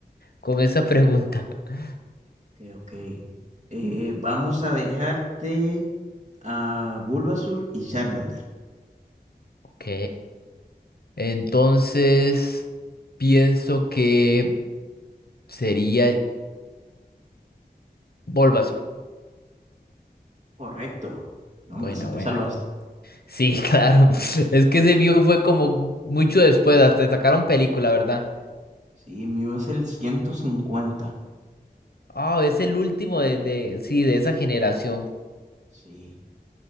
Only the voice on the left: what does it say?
con esa pregunta. <laughs>
Ok. Entonces, pienso que sería Bulbasaur.
Buena,
buena.
Sí, <laughs> claro. Es que ese mío fue como mucho después, hasta sacaron película, ¿verdad?
Ah, es el último de, de, sí, de esa generación.